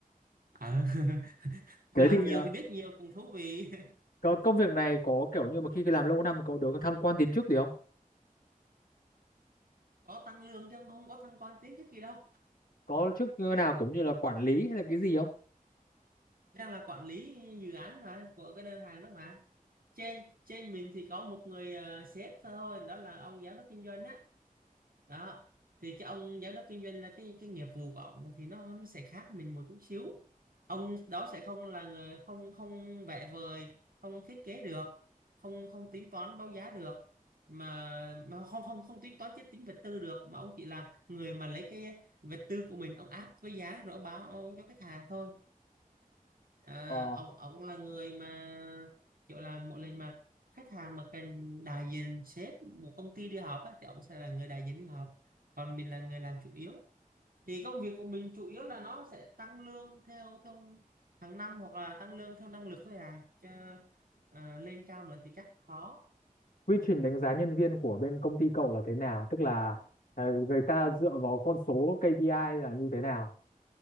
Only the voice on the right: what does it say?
Ờ, <laughs>
làm
nhiều
thì biết nhiều cũng thú vị
<laughs> có tăng lương chứ không có thăng quan tiến chức gì đâu
đang là quản lý dự án mà của cái đơn hàng đó mà trên trên mình thì có một người à, sếp thôi đó là ông giám đốc kinh doanh á đó thì cái ông giám đốc kinh doanh là cái cái nghiệp vụ của ông thì nó nó sẽ khác mình một chút xíu ông đó sẽ không là người không không vẽ vời không thiết kế được không không tính toán báo giá được mà mà không không không tính toán chiếc tính vật tư được mà ông chỉ là người mà lấy cái vật tư của mình ông áp với giá rồi ông báo cho khách hàng thôi À,
ông ông là người mà kiểu là mỗi lần mà khách hàng mà cần đại diện sếp một công ty đi họp á, thì ông sẽ là người đại diện đi họp còn mình là người làm chủ yếu thì công việc của mình chủ yếu là nó sẽ tăng lương theo theo hàng năm hoặc là tăng lương theo năng lực thôi à chứ à, lên cao nữa thì chắc khó